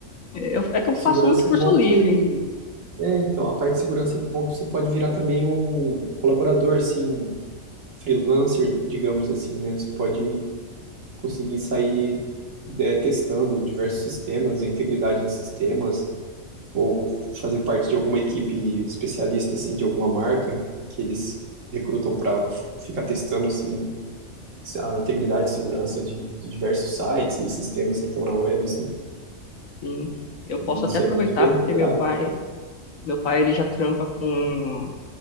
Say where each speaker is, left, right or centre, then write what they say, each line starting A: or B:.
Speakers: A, on the left; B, on the right.
A: é eu- é que eu
B: Segurança
A: faço muito curso
B: é bom
A: livre.
B: que É, então, a parte de segurança é bom que você pode virar também um colaborador, assim, freelancer, digamos assim, né? Você pode conseguir sair, é, testando diversos sistemas, a integridade de sistemas, ou fazer parte de alguma equipe especialista, assim, de alguma marca que eles recrutam para ficar testando, assim, a integridade e segurança de, de diversos sites e sistemas que estão na web, assim.
A: Sim, eu posso
B: E isso
A: até aproveitar
B: é muito bem
A: porque
B: remunerado.
A: meu pai, meu pai ele já trampa com